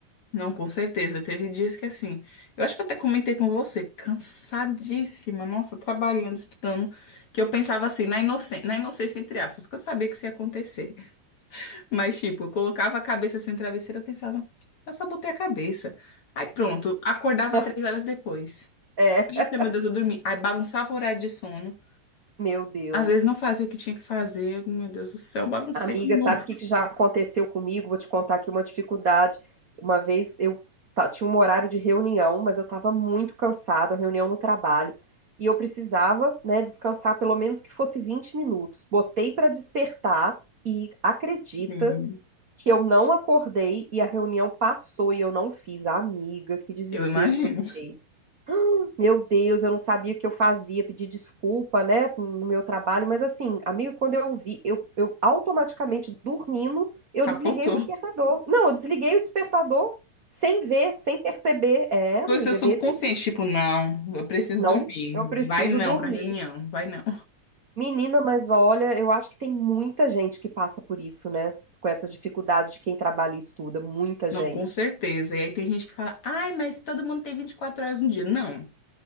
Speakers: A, on the left (about 50°); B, on the right (about 60°).
A: Não, com certeza. Teve dias que assim, eu acho que eu até comentei com você, cansadíssima, nossa, trabalhando, estudando, que eu pensava assim, na inocência, na inocência entre aspas, que eu sabia que isso ia acontecer. Mas tipo, eu colocava a cabeça assim no travesseiro, eu pensava, eu só botei a cabeça. Aí pronto, acordava
B: <laughs>
A: três horas depois.
B: É,
A: Eita, meu Deus, eu dormi. Aí bagunçava o horário de sono.
B: meu Deus.
A: Às vezes não fazia o que tinha que fazer. Eu, Meu Deus do céu, baguncei
B: Amiga,
A: de novo.
B: sabe o que que já aconteceu comigo? Vou te contar aqui uma dificuldade. Uma vez eu ta- tinha um horário de reunião, mas eu estava muito cansada, reunião no trabalho, e eu precisava, né, descansar pelo menos que fosse 20 minutos. Botei para despertar e acredita
A: Sim,
B: que eu não acordei e a reunião passou e eu não fiz. Amiga, que desespero
A: eu imagino.
B: que eu fiquei. Meu Deus, eu não sabia o que eu fazia, pedi desculpa, né, no meu trabalho, mas assim, amigo, quando eu vi, eu, eu automaticamente dormindo, eu
A: Capotou.
B: desliguei o despertador. Não, eu desliguei o despertador sem ver, sem perceber. É, amiga,
A: Foi o seu subconsciente,
B: desse.
A: tipo, não, eu preciso
B: Não,
A: dormir.
B: eu preciso
A: Vai não
B: dormir.
A: pra reunião, vai não.
B: Menina, mas olha, eu acho que tem muita gente que passa por isso, né? Com essa dificuldade de quem trabalha e estuda, muita
A: Não,
B: gente.
A: com certeza. E aí tem gente que fala, ai, mas todo mundo tem 24 horas no dia. Não.